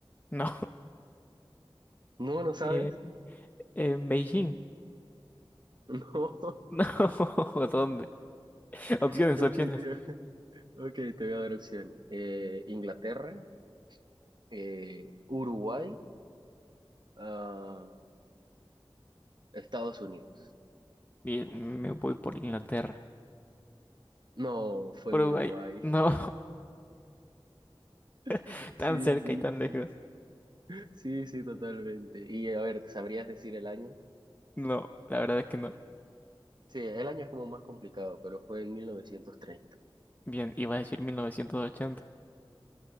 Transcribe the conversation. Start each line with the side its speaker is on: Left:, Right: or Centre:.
Left: No.
Right: No, ¿no sabes?
Left: <laughs>
Right: <laughs>
Left: En Beijing. <laughs>
Right: No.
Left: No, ¿dónde? Opciones,
Right: Ok,
Left: opciones.
Right: te, ok, te voy a dar opciones. Eh, Inglaterra, eh, Uruguay, ah, Estados Unidos.
Left: Bien, me voy por Inglaterra.
Right: No, fue
Left: Uruguay.
Right: en Uruguay.
Left: No, <laughs>
Right: <laughs>
Left: tan
Right: Sí,
Left: cerca
Right: sí,
Left: y tan lejos.
Right: sí. Sí, sí, totalmente. Y a ver, ¿sabrías decir el año?
Left: No, la verdad es que no.
Right: Sí, el año es como más complicado, pero fue en 1930.
Left: Bien, iba a decir 1980.